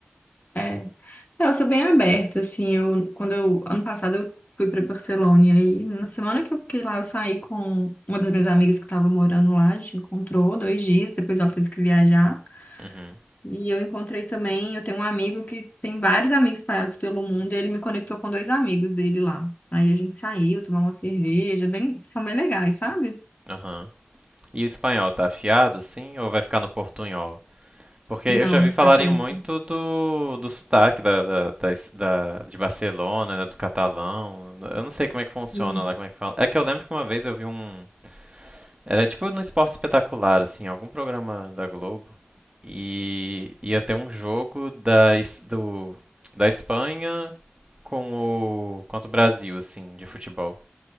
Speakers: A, on the left; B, on the right.
A: É. É, Eu sou bem aberta, assim, eu, quando eu, ano passado eu fui para Barcelona, e aí, na semana que eu fiquei lá, eu saí com uma das minhas amigas que estava morando lá, a gente encontrou dois dias, depois ela teve que viajar.
B: Uhum.
A: E eu encontrei também, eu tenho um amigo que tem vários amigos espalhados pelo mundo, e ele me conectou com dois amigos dele lá. Aí a gente saiu, tomou uma cerveja, bem, são bem legais, sabe?
B: Aham. E o espanhol tá afiado, assim, ou vai ficar no portunhol? Porque
A: Não,
B: eu já vi falarem
A: tá péssimo.
B: muito do, do sotaque da, da, da, es- da- de Barcelona, né, do catalão. Eu não sei como é que funciona
A: Sim.
B: lá, como é que fala. É que eu lembro que uma vez eu vi um. Era tipo no Esporte Espetacular, assim, algum programa da Globo. E ia ter um jogo da, es- do, da Espanha com o, contra o Brasil, assim, de futebol.